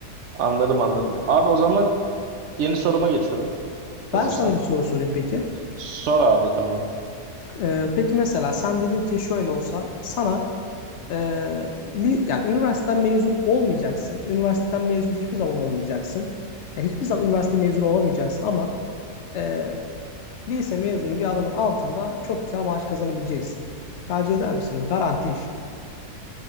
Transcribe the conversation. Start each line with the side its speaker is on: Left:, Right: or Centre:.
Right: Anladım anladım. Abi o zaman yeni soruma geçiyorum. Hazırsan.
Left: Ben sana bir soru sorayım peki.
Right: Sor abi tamam.
Left: Ee, peki mesela sen dedin ki şöyle olsa sana Ee, li- yani üniversiteden mezun olmayacaksın. Üniversiteden mezun hiçbir zaman olmayacaksın. Yani hiçbir zaman üniversite mezunu olamayacaksın ama e, lise mezunu bir adamın altında çok güzel maaş kazanabileceksin. Tercih eder misin bu? Garanti iş.